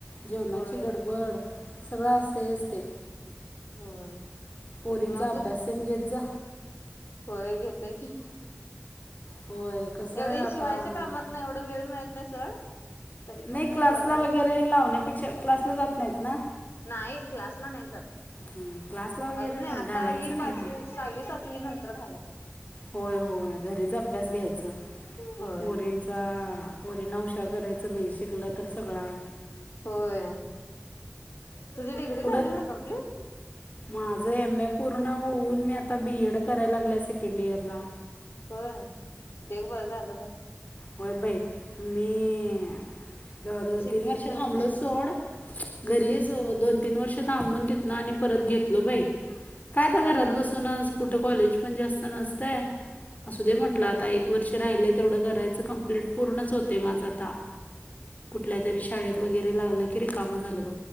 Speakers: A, on the left; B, on the left.
A: जेवणाची
B: होय.
A: गडबड सगळं असतयच ते,
B: होय.
A: पोरींचा
B: मग
A: अभ्यास
B: तू
A: घेत जा.
B: होय घेतोय की,
A: होय कसं
B: एवढे
A: आहे
B: हे
A: आता
B: शिवायच्या
A: म्हणजे
B: कामात एवढ वेळ मिळत नाही सोड. तरी
A: नाही
B: पण
A: क्लासला
B: जरा जरा
A: वगैरे लावण्यापेक्षा, क्लासला जात नाहीत ना?
B: नाही, क्लासला नाही जात.
A: हम्मं, क्लासला वगैरे
B: अजून नाही आता
A: घालायचं
B: ही
A: नाही
B: पाचवी
A: हां
B: सहावी, सातवी नंतर घालायचं.
A: होय, होय घरीच अभ्यास घ्यायच,
B: होय
A: पोरींच हा, पोरींना हुशार करायचं बाई, शिकलं तर सगळ हाय.
B: होय, तुझी डिग्री
A: पुढं
B: झाली ना कंप्लीट?
A: माझं एम ए पूर्ण होऊन मी आता बी एड कराय लागलीया सेकंड इयरला.
B: होय, ते एक बरं झालं बाय
A: व्हयं बाई मी जवळ, जवळ
B: शिकलीस
A: तीन वर्ष
B: तर
A: थांबलोच
B: म्हणायचं
A: सोड घरीच दोन, तीन वर्ष थांबून तितनं आणि परत घेतलं बाई, काय आता
B: हा
A: घरात
B: हा
A: बसूनच कुठं कॉलेज पण जास्त नसतय. असू दे म्हटल आता, एक वर्ष राहिलंय तेवढं करायचं कंप्लीट पूर्णच होतय माझं आता.
B: <unintelligible>
A: कुठल्या तरी शाळेत वगैरे लागलं की रिकाम झालं बघ,